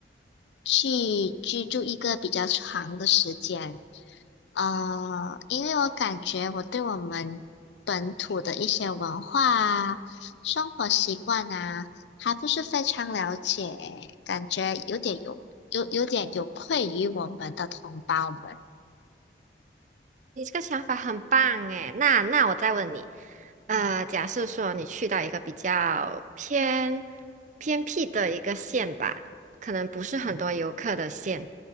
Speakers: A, on the left; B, on the right.
A: 去居住一个比较长的时间，呃，因为我感觉我对我们本土的一些文化啊、生活习惯啊，还不是非常了解，感觉有点有有有点有愧于我们的同胞们。
B: 你这个想法很棒诶，那那我再问你，呃，假设说你去到一个比较偏偏僻的一个县吧，可能不是很多游客的县，